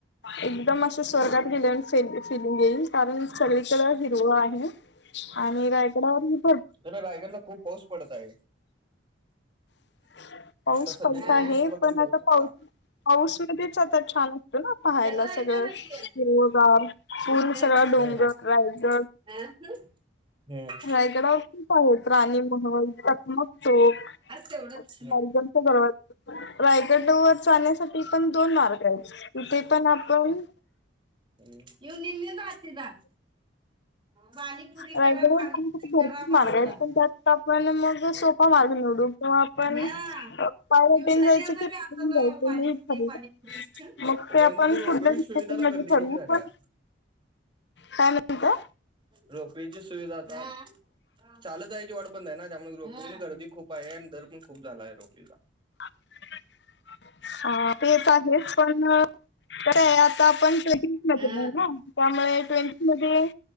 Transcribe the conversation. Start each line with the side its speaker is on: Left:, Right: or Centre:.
Left: एकदम असं स्वर्गात गेल्याच फील- फिलिंग येईल. कारण सगळीकडे हिरवळ आहे आणि रायगडावरती-
Right: गड्या रायगड ला खूप पाऊस पडत आहे.
Left: <unintelligible> पाऊस
Right: आता सध्याच्या
Left: पडत आहे.
Right: दिवसाला
Left: पण
Right: तुम्ही पाहू
Left: आता
Right: शकता
Left: पाऊस, पाऊस मधेच आता छान असतो ना? पाहायला
Right: चलो येते
Left: सगळं.
Right: ना
Left: शिरोगाम
Right: ते.
Left: पूर्ण
Right: हम्म
Left: सगळा डोंगर रायगड
Right: हं? बस
Left: रायगडावर खूप आहेत. राणी महल, टकमक चौक
Right: तेवढंच
Left: <unintelligible> रायगड वर जाण्यासाठी पण दोन मार्ग आहेत. तिथे पण आपण
Right: येऊन निंदीत राहते दा पाणीपुरी
Left: रायगडवर
Right: करा, पाणीपुरी
Left: जाण्यासाठी भरपूर
Right: करा मारतजा.
Left: मार्ग आहेत पण त्यात आपण मग सोपा मार्ग निवडू किंवा आपण
Right: हा
Left: पाय वाटेन
Right: निम सनी
Left: जायचं
Right: अस काे
Left: की पायी
Right: आत
Left: जायचं
Right: पानीपुडी
Left: हे ठरवू
Right: पानीपुडी अष्ट
Left: मग ते
Right: म्हणजे
Left: आपण
Right: जर उपयोग
Left: पुढल्या डिस्कशन
Right: सुविधाला
Left: मध्ये
Right: गर्दी पिडीक
Left: ठरवू
Right: झाल्या.
Left: पण काय म्हणता
Right: रोप वे ची सुविधा आता चालत आहेची वाट बंद आहे ना. त्यामुळे रोप वे ला गर्दी खूप आहे आणि दर पण खूप झाला आहे रोप वे चा.
Left: <inaudible> हा. ते येत आहेच पण, आता आपण ट्वेंटी म
Right: हा.
Left: ना त्यामुळे ट्वेंटी मध्ये